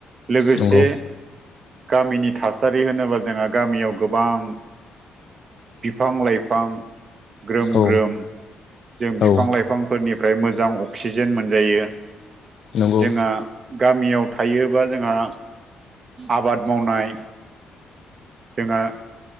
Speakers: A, on the right; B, on the left.
A: लोगोसे
B: नंगौ
A: गामिनि थासारि होनोबा जोंहा गामियाव गोबां बिफां लाइफां ग्रोम
B: औ
A: ग्रोम जों बिफां
B: औ
A: लाइफांफोरनिफ्राय मोजां अक्सिजेन मोनजायो।
B: नंगौ
A: जोंहा गामियाव थायोबा जोंहा आबाद मावनाय जोंहा